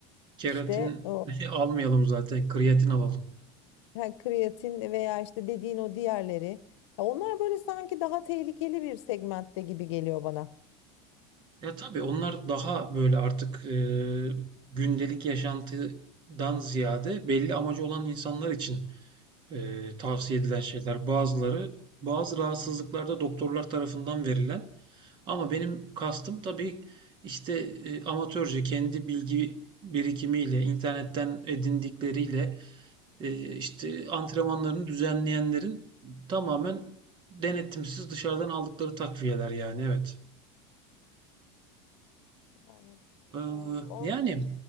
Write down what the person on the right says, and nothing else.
keratin
<laughs> almayalım zaten, kreatin alalım.
Ya, tabii onlar daha böyle artık, eee, gündelik yaşantıdan ziyade belli amacı olan insanlar için e, tavsiye edilen şeyler bazıları bazı rahatsızlıklarda doktorlar tarafından verilen ama benim kastım tabii işte e, amatörce kendi bilgi birikimiyle internetten edindikleriyle e, işte antrenmanlarını düzenleyenlerin tamamen denetimsiz dışarıdan aldıkları takviyeler yani evet.
Ee,
yani